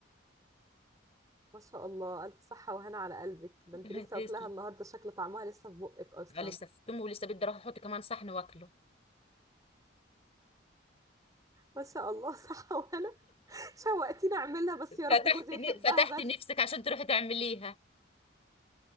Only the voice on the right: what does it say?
ما شاء الله الف صحه وهنا على قلبك ده
انت لسه
واكلاها النهارده شكل طعمها لسه في بقك اصلا
ما شاء الله صحه وهنا <laughs> شوقتيني اعملها بس يا
رب جوزي يحبها
بس